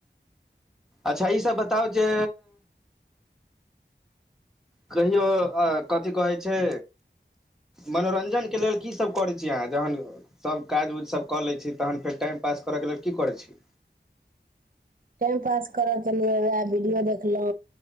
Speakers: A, in the centre; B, on the right.
A: अच्छा ईसब बताउ जे। कहियो अ कथि कहै छै। मनोरंजन के लेल कीसब करै छी अहाँ जहन। सब काज उज सब कऽ लै छीय तहन फेर टाइम पास करऽके लेल की करै छी।
B: टाइम पास कर के लिए वीडियो देखलौ